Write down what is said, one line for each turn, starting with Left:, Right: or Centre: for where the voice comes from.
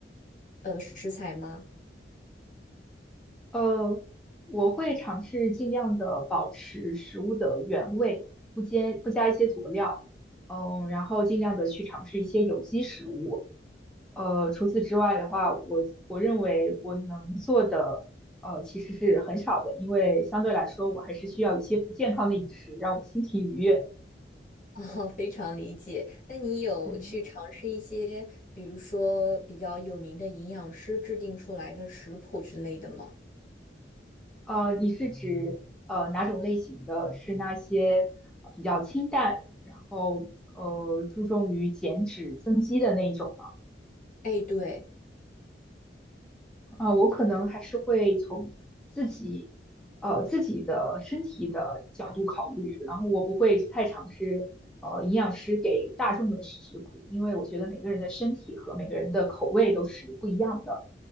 Left: 呃，食材吗？
Centre: 呃，我会尝试尽量的保持食物的原味，不加不加一些佐料，嗯，然后尽量的去尝试一些有机食物。呃，除此之外的话，我我认为我能做的，呃，其实是很少的，因为相对来说，我还是需要一些不健康的饮食，让我心情愉悦。
Left: <laughs> 哦，非常理解。那你有去尝试一些，
Centre: 嗯。
Left: 比如说比较有名的营养师制定出来的食谱之类的吗？
Centre: 呃，你是指呃哪种类型的？是那些呃比较清淡，然后呃注重于减脂增肌的那一种吗？
Left: 哎，对。
Centre: 啊、我可能还是会从自己呃自己的身体的角度考虑，然后我不会太尝试呃营养师给大众的食谱，因为我觉得每个人的身体和每个人的口味都是不一样的。